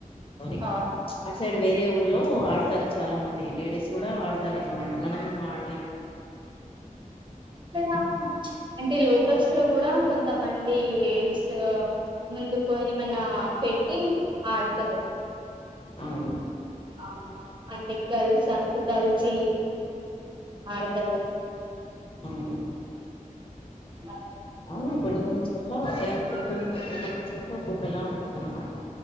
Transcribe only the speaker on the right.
అవును
ప్చ్ అంటే లోప్ గర్ల్స్ లో కూడా కొంతమంది లేడీస్ గా ముందుకు ఏమన్నామ్ పెట్టి అడ్తారు.
ఆ అంటే కలిసి అందరు కలిసి ఆడతరు.
అ